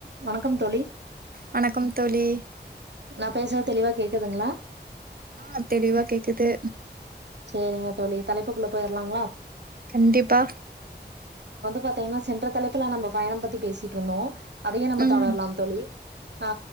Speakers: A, on the right (about 75°); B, on the right (about 55°).
A: வணக்கம் தோழி
B: வணக்கம் தோழி
A: நா பேசுறது தெளிவா கேக்குதுங்களா.
B: ஆ தெளிவா கேக்குது.
A: சேரிங்க தோழி தலைப்புக்குள்ள போயிரலாங்களா
B: கண்டிப்பா.
A: பாத்தீங்கனா சென்ற தலைப்புல நம்ம பயணம் பத்தி பேசிட்டுருந்தோ. அதையு நம்ம
B: ம்
A: தொடரலாம் தோழி. ஆ